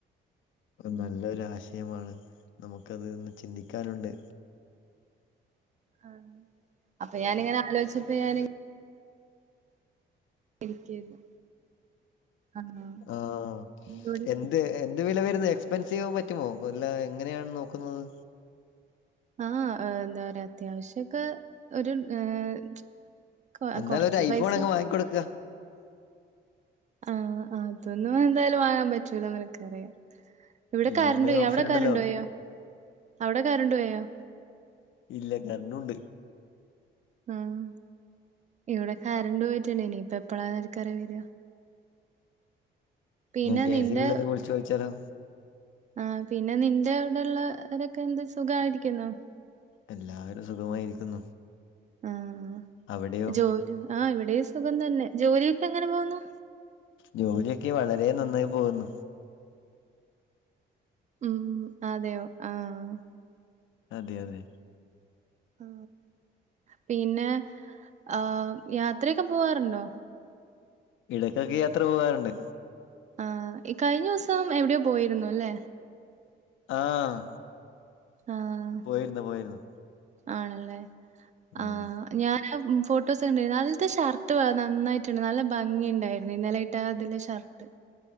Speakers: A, on the left (about 75°); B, on the right (about 35°).
A: നല്ലൊരു ആശയമാണ്, നമുക്കതൊന്ന് ചിന്തിക്കാനുണ്ട്.
B: ആ അപ്പോ ഞാനിങ്ങനെ ആലോചിച്ചപ്പോ ഞാന് ഇരിക്കായിരുന്നു. ആഹ്
A: ആഹ്
B: ഇവിടെ
A: എന്ത് എന്ത് വില വരുന്ന എക്സ്പെൻസീവ് പറ്റുമോ അല്ല എങ്ങനെയാണ് നോക്കുന്നത്.
B: ആഹ് എന്താറിയാ അത്യാവശ്യക്കെ ഒരു ഏഹ് കൊ
A: എന്നാലൊരു
B: കൊറച്ച്
A: ഐ
B: പൈസ
A: ഫോൺ അങ്ങ് വാങ്ങി കൊടുക്ക.
B: ആഹ് അതൊന്നും എന്തായാലും വാങ്ങാൻ പറ്റൂല നിനക്ക് അറിയാം. ഇവിടെ
A: ഇ
B: കരണ്ട്
A: എം ഐ
B: പോയ്,
A: ഓപ്ഷൻ
B: അവിടെ
A: ഉണ്ടല്ലോ
B: കരണ്ട് പോയോ, അവിടെ കരണ്ട് പോയോ?
A: ഇല്ല കരണ്ടുണ്ട്.
B: ഉം ഇവിടെ കരണ്ട് പോയിട്ടുണ്ട്, ഇനിയിപ്പ എപ്പളാ ആർക്കറിയാ വര പിന്നെ
A: ഞാൻ കെ
B: നിന്റെ
A: സി ബി യിൽ ഒന്ന് വിളിച്ച് ചോദിച്ചാലോ.
B: ആഹ് പിന്നെ നിന്റെ അവിടെള്ള ഒരൊക്കെ എന്ത് സുഖമായിരിക്കുന്നോ.
A: എല്ലാവരും സുഖമായിരിക്കുന്നു.
B: ആഹ്
A: അവിടെയോ?
B: ജോലി ആഹ് ഇവിടെയും സുഖം തന്നെ ജോലിയൊക്കെ എങ്ങനെ പോകുന്നു.
A: ജോലിയൊക്കെ വളരെ നന്നായി പോകുന്നു.
B: ഉം അതെയോ ആഹ്
A: അതെ അതെ.
B: ആ പിന്നെ ആഹ് യാത്രയൊക്കെ പോവാറുണ്ടോ?
A: ഇടയ്ക്കൊക്കെ യാത്ര പോകാറുണ്ട്.
B: ആഹ്‌ ഈ കഴിഞ്ഞ ദിവസം എവിടെയോ പോയിരുന്നു അല്ലേ?
A: ആഹ്.
B: ആഹ്.
A: പോയിരുന്നു പോയിരുന്നു.
B: ആണല്ലേ
A: ഉം
B: ആഹ് ഞാൻ ആഹ് ഫോട്ടോസ് കണ്ടാരുന്നു. നല്ല ഷർട്ട് വ നന്നായിട്ടുണ്ട്. നല്ല ഭംഗി ഉണ്ടായിരുന്നു ഇന്നലെ ഇട്ട അതില് shirt